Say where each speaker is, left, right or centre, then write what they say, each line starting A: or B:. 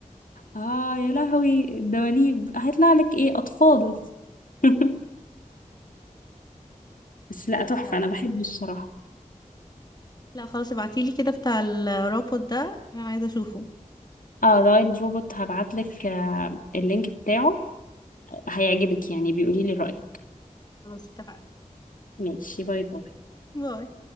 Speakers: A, on the left; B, on the left.
A: اه يا لهوي الدواليب هيطلع لك ايه اطفال <laughs> بس لا تحفة
B: لا
A: انا
B: بس
A: بحبه الصراحة
B: لا خلاص ابعتيلي كده بتاع الرابط ده عشان عايزة اشوفه
A: اه ذا وايلد روبوت هبعت لك آه، اللينك بتاعه هيعجبك يعني بيقولي لي رأيك
B: خلاص اتفقنا
A: ماشي باي باي
B: باي